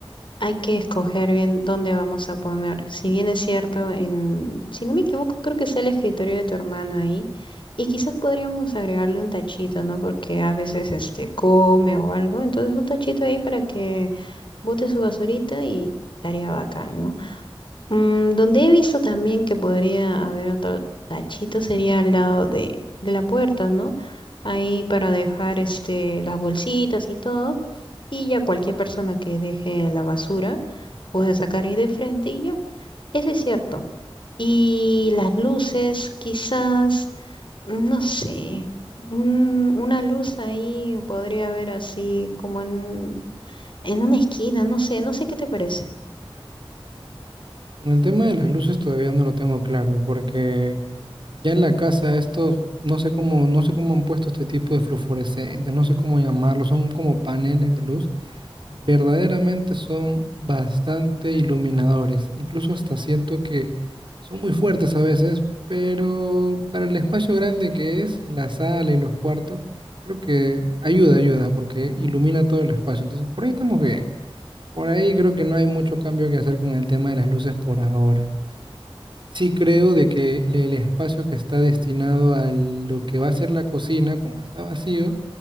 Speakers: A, on the left; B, on the right.
A: Hay que escoger bien dónde vamos a poner. Si bien es cierto, en, si no me equivoco, creo que es el escritorio de tu hermano ahí. Y quizás podríamos agregarle un tachito, ¿no? Porque a veces este come o algo. Entonces un tachito ahí para que bote su basurita y estaría bacán, ¿no? Mm, donde he visto también que podría haber otro tachito sería al lado de, de la puerta, ¿no? Ahí para dejar este, las bolsitas y todo. Y ya cualquier persona que deje la basura puede sacar ahí de frente y ya. Eso es cierto. Y las luces, quizás, no sé, un- una luz ahí podría haber así como en, en una esquina, no sé, no sé qué te parece.
B: Con el tema de las luces todavía no lo tengo claro, porque ya en la casa estos, no sé cómo, no sé cómo han puesto este tipo de fluorescentes, no sé cómo llamarlos, son como paneles de luz. Verdaderamente son bastante iluminadores. Incluso hasta siento que son muy fuertes a veces, pero para el espacio grande que es, la sala y los cuartos, creo que ayuda, ayuda, porque ilumina todo el espacio. Entonces, por ahí estamos bien. Por ahí creo que no hay mucho cambio que hacer con el tema de las luces por ahora. Sí creo de que le- el espacio que está destinado a lo que va a ser la cocina, como está vacío,